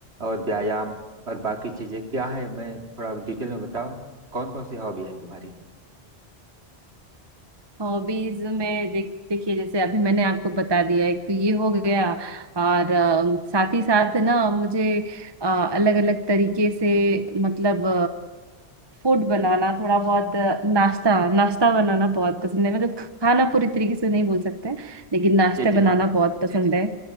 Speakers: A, on the right; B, on the right.
A: और व्यायाम और बाकी चीजें क्या है मैं थोड़ा डिटेल में बताओ कौन कौन सी हॉबी है तुम्हारी
B: हॉबीज में देख देखिए जैसे अभी मैंने आपको बता दिया एक तो ये हो गया और अ, साथ ही साथ ना मुझे अलग अलग तरीके से मतलब फूड बनाना थोड़ा बहुत अ, नाश्ता नाश्ता बनाना बहुत पसंद है मतलब खाना पूरी तरीके से नहीं बोल सकते लेकिन नाश्ता
A: जी जी
B: बनाना
A: हाँ
B: बहुत पसंद है